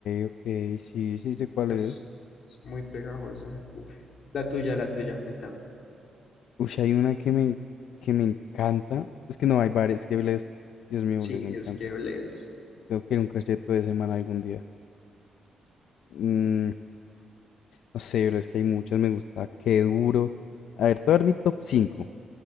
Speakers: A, on the left (about 85°); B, on the left (about 60°).
A: ok, sí, sí sé cuál
B: Es,
A: es.
B: es muy pegajosa. Uf. La tuya, la tuya, cuéntame.
A: Uy, hay una que me, en- que me encanta. Es que no hay varias, es que Bless, Dios mío, Bless
B: Sí,
A: me encanta.
B: es que es.
A: Tengo que ir a un concierto de semana algún día. Mm, no sé, pero es que hay muchas, me gusta. Qué duro. A ver, te voy a dar mi top cinco